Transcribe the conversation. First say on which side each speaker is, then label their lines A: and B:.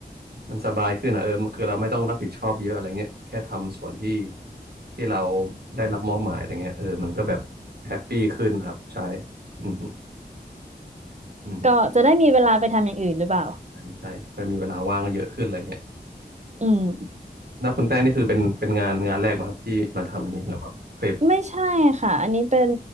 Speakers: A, on the right; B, on the right.
A: มันสบายขึ้นอ่ะเออคือเราไม่ต้องรับผิดชอบเยอะอะไรเงี้ยแค่ทำส่วนที่ที่เราได้รับมอบหมายอะไรเงี้ยเออมันก็แบบแฮปปี้ขึ้นครับใช่อืมอืม
B: ก็จะได้มีเวลาไปทำอย่างอื่นหรือเปล่า
A: ใช่ใช่ก็มีเวลาว่างเยอะขึ้นอะไรเงี้ย
B: อืม
A: นับคุณแป้งนี่คือเป็นเป็นงานงานแรกป่ครับที่มาทำอันนี้หรือว่าเคย
B: ไม่ใช่ค่ะอันนี้เป็น